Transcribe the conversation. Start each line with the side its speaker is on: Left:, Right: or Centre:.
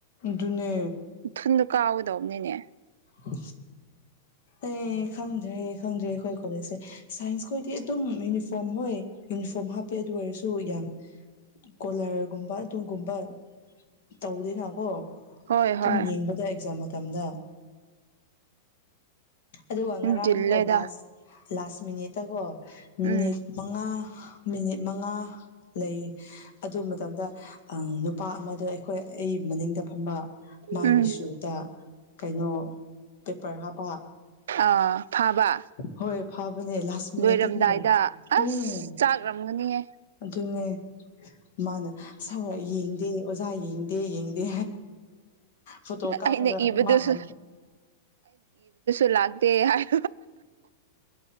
Left: ꯑꯗꯨꯅꯦ
Right: ꯊꯨꯟꯗꯣ ꯀꯥꯎꯒꯗꯧꯕꯅꯤꯅꯦ
Left: ꯑ ꯑꯩ ꯈꯪꯗ꯭ꯔꯦ ꯈꯪꯗ꯭ꯔꯦ ꯑꯩꯈꯣꯏ ꯀꯣꯂꯦꯖꯁꯦ ꯁꯥꯏꯟꯁ ꯈꯣꯏꯗꯤ ꯑꯗꯨꯝ ꯌꯨꯅꯤꯐꯣꯔꯝ ꯍꯣꯏ ꯌꯨꯅꯤꯐꯣꯔꯝ ꯍꯥꯞꯄꯦ ꯑꯗꯨ ꯑꯣꯏꯔꯁꯨ ꯌꯥꯝ ꯀꯣꯂꯔꯒꯨꯝꯕ ꯑꯗꯨꯒꯨꯝꯕ ꯇꯧꯗꯦꯅꯀꯣ ꯑꯗꯨꯨꯝ
Right: ꯍꯣꯏ ꯍꯣꯏ
Left: ꯌꯦꯡꯕꯗ ꯑꯦꯛꯖꯥꯝ ꯃꯇꯝꯗ ꯑꯗꯨꯒ
Right: ꯍꯦꯟꯖꯤꯜꯂꯦꯗ
Left: ꯉꯔꯥꯡꯗꯣ ꯂꯥꯁ ꯂꯥꯁ ꯃꯤꯅꯤꯠꯇꯀꯣ ꯃꯤꯅꯤꯠ
Right: ꯎꯝ
Left: ꯃꯉꯥ ꯃꯤꯅꯤꯠ ꯃꯉꯥ ꯂꯩ ꯑꯗꯨ ꯃꯇꯝꯗ ꯅꯨꯄꯥ ꯑꯃꯗ ꯑꯩꯈ ꯑꯩꯈꯣꯏ ꯑꯩ ꯃꯅꯤꯡꯗ ꯐꯝꯕ ꯃꯥꯒꯤ
Right: ꯎꯝ
Left: ꯁꯨꯗ ꯀꯩꯅꯣ ꯄꯦꯄꯔ ꯍꯥꯞ ꯑ
Right: ꯑ ꯐꯥꯕ
Left: ꯍꯣꯏ ꯅꯦ ꯂꯥꯁ ꯃꯤꯅꯤꯠ
Right: ꯂꯣꯏꯔꯝꯗꯥꯏꯗ ꯑꯁ
Left: ꯎꯝ
Right: ꯆꯥꯛꯔꯝꯒꯅꯤꯌꯦ
Left: ꯑꯗꯨꯨꯅꯦ ꯃꯥꯅ ꯁꯥ ꯌꯦꯡꯗꯦ ꯑꯣꯖꯥ ꯌꯦꯡꯗꯦ ꯌꯦꯡꯗꯦ ꯐꯣꯇꯣ ꯀꯥꯞꯄꯒ
Right: ꯑꯩꯅ ꯏꯕꯗꯨꯁꯨ
Left: ꯃꯥ ꯍ
Right: ꯂꯥꯛꯗꯦ ꯍꯥꯏ